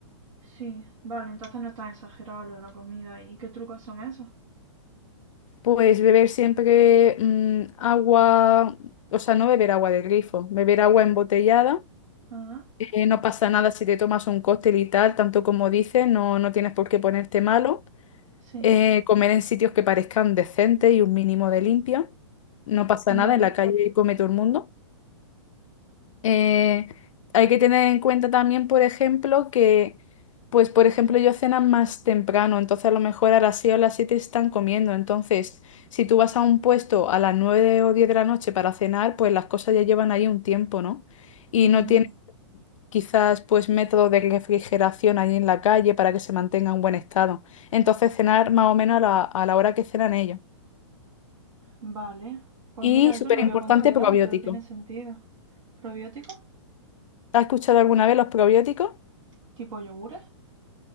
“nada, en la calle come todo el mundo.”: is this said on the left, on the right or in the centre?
Left